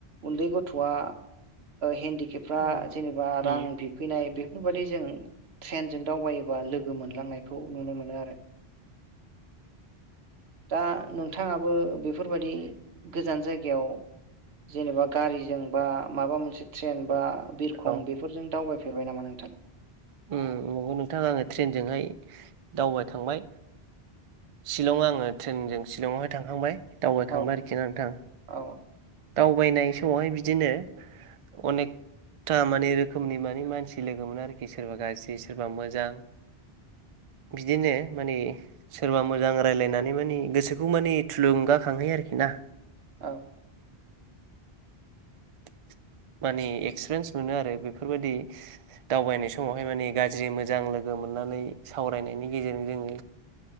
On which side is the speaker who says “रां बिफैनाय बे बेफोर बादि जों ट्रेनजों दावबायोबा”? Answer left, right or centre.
Right